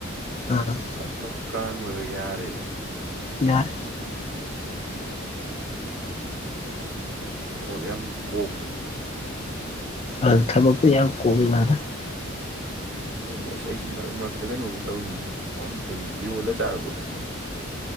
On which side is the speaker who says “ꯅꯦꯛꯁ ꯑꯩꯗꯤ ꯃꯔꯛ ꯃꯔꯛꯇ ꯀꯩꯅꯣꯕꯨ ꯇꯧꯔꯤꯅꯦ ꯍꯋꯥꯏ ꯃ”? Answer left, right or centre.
Right